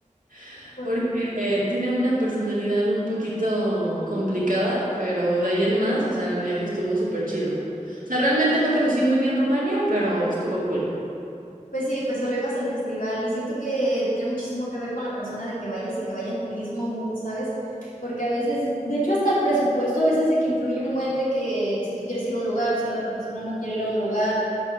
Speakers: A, on the right; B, on the left.
A: <laughs>
B: ¿Por
A: porque
B: qué?
A: eh, tiene una personalidad un poquito complicada, pero de ahí en más, o sea, el viaje estuvo súper chido. O sea, realmente no conocí muy bien Rumania, pero estuvo cool.
B: Pues sí, pues solo ibas al festival y siento que tiene muchísimo que ver con la persona de que vayas y que vaya en tu mismo mood, ¿sabes? Porque a veces, de hecho, hasta el presupuesto a veces de que influye un buen de que si tú quieres ir a un lugar, si la otra persona no quiere ir a un lugar,